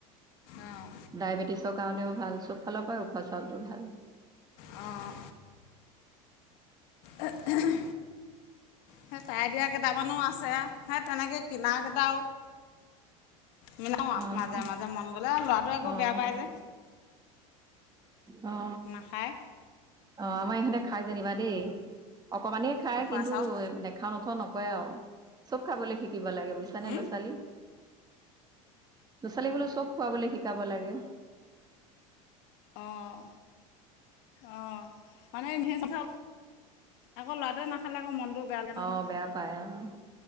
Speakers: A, on the left (about 65°); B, on the right (about 20°).
A: অঁ
B: ডায়েবেটিছৰ কাৰণেও ভাল চব ফালৰ পৰাই উখৱা চাউলটো ভাল।
A: অঁ। অঁ হম্ হম্। সেই চাই দিয়া কেইটামানো আছে সেই তেনেকে কিনা কেইটাও। মিলাও আউ
B: অ', অ',
A: মাজে মাজে মন গ'লে ল'ৰাটোৱে আকৌ
B: অ',
A: বেয়া পায় যে।
B: অ অ
A: নাখায়
B: অ আমাৰ ইহঁতে। খাই যেনিবা দেই অকমানেই খাই
A: উখোৱা
B: কিন্তু
A: চাউল
B: নেখাও নথও নকৰে আউ। চব খাবলৈ শিকিব লাগে বুজিছা
A: হুম?
B: নে ল'ৰা ছোৱালী। ল'ৰা ছোৱালী বোলো চব খুৱাবলৈ শিকাব লাগে।
A: অঁ অঁ মানে মিহে চা। আকৌ ল'ৰাটোৱে নাখালে আকৌ মনটো বেয়া লাগে নহয়
B: অ', বেয়া পায় অ',